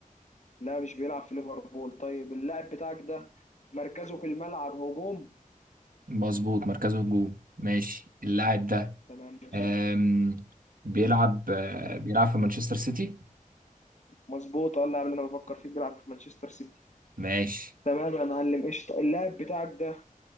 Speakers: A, on the left; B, on the right.
A: لا مش بيلعب في ليفربول طيب اللاعب بتاعك ده مركزه في الملعب هجوم
B: مظبوط مركزه هجوم ماشي اللاعب ده
A: طيب، تمام ماشي
B: أم، بيلعب آه، بيلعب في مانشستر سيتي
A: مظبوط اه اللاعب اللي انا بفكر فيه بيلعب في مانشستر سيتي
B: ماشي
A: تمام يا معلم قشطة اللاعب بتاعك ده